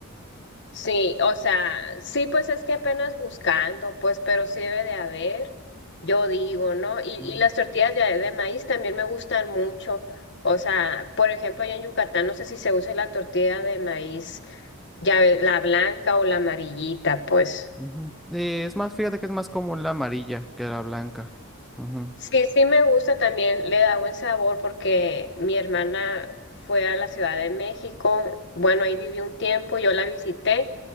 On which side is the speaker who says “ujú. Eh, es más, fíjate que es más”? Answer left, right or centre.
Centre